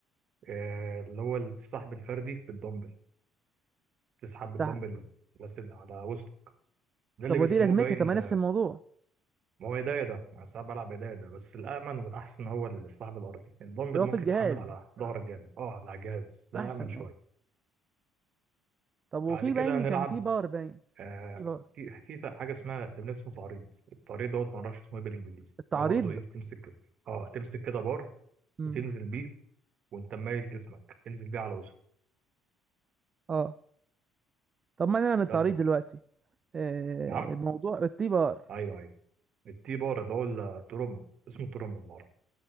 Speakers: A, on the right (about 50°); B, on the right (about 30°).
A: آه، اللي هو السحب الفردي بالدمبل تسحب بالدمبل
B: سحب
A: بس على وسطك ده
B: طب
A: اللي
B: ودي
A: بيسموه
B: لازمتها
A: باين
B: طب ما نفس الموضوع
A: ما هو ايديا ده انا ساعات بلعب ايديا ده بس الامن والاحسن هو الصاحب الارضي الدمبل
B: اللي هو
A: ممكن
B: في الجهاز
A: يتحمل على ظهرك جامد اه على الجهاز ده
B: احسن
A: امن شويه
B: اه طب وفي
A: بعد كده
B: باين
A: هنلعب
B: كان في باور باين
A: آه
B: في باور
A: في في ف- حاجه اسمها تمرين اسمه تعريض التعريض دوت ما اعرفش اسمه ايه بالانجليزي
B: التعريض
A: ده برضو ايه بتمسك كده اه تمسك كده بار
B: امم
A: وتنزل بيه وانت مايل جسمك تنزل بيه على وسطك
B: اه طب ما انا من التعريض
A: ده الظهر
B: دلوقتي آه
A: نعم
B: الموضوع التي بار
A: ايوه ايوه التي بار اللي هو الترومبا اسمه الترومبا بالعربي